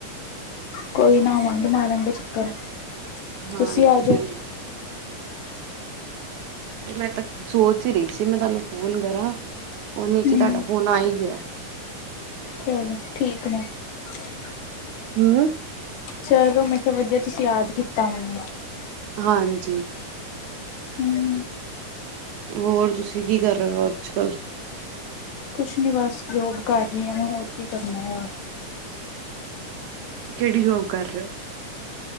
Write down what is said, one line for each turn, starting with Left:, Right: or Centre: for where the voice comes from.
Left: ਕੋਈ ਨਾ ਆਵਾਂਗੇ ਮਾਰਾਂਗੇ ਚੱਕਰ।
Right: ਹਾਂਜੀ
Left: ਤੁਸੀਂ ਆ ਜਾਓ
Right: ਜ਼ਰੂਰ ਮੈਂ ਤਾਂ ਸੋਚ ਹੀ ਰਹੀ ਸੀ? ਮੈਂ ਤੁਹਾਨੂੰ ਫੋਨ ਕਰਾਂ। ਉਹ ਇਚੇ
Left: ਹੂੰ
Right: ਤੁਆਡਾ ਫੋਨ ਆਈ ਗਿਆ।
Left: ਚਲੋ ਠੀਕ ਨੇ। <unintelligible>
Right: ਹਂ
Left: ਚਲੋ ਮੈਂ ਕਿਹਾ ਵਧੀਆ ਤੁਸੀਂ ਯਾਦ ਕੀਤਾ ਮੈਨੂੰ।
Right: ਹਾਂਜੀ।
Left: ਹੂੰ
Right: ਹੋਰ ਤੁਸੀਂ ਕੀ ਕਰ ਰਹੇ ਹੋ? ਅੱਜ ਕੱਲ।
Left: ਕੁਛ ਨੀਂ ਬਸ ਜੋਬ ਕਰ ਰਹੀ ਆਂ ਮੈਂ ਹੋਰ ਕੀ ਕਰਨਾ ਐ
Right: ਕਿਹੜੀ ਜੋਬ ਕਰ ਰਹੇ ਹੋ?